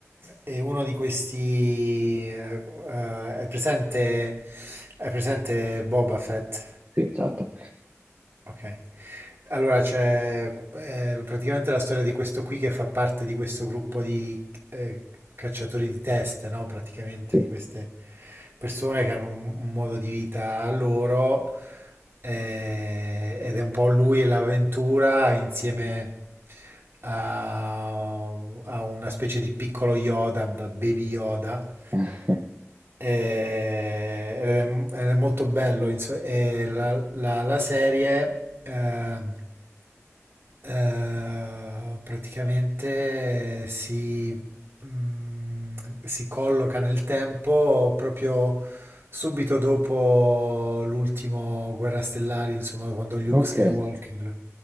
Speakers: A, on the right (about 50°); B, on the right (about 35°).
A: è, uno di questi. eh, eh, è presente, è presente Boba Fett.
B: Sì, certo.
A: Ok. Allora c'è eh, praticamente la storia di questo qui che fa parte di questo gruppo di eh, cacciatori di teste, no? Praticamente
B: Sì.
A: di queste persone che hanno un, un modo di vita loro eh, ed è un po' lui e l'avventura insieme a, a una specie di piccolo Yoda, b- Baby Yoda,
B: <laughs>
A: e- ed è, ed è molto bello. ins- e la, la- la serie eh, eh, praticamente si, mm, si colloca nel tempo proprio subito dopo l'ultimo Guerra Stellari, insomma, quando Luke
B: Ok.
A: Skywalker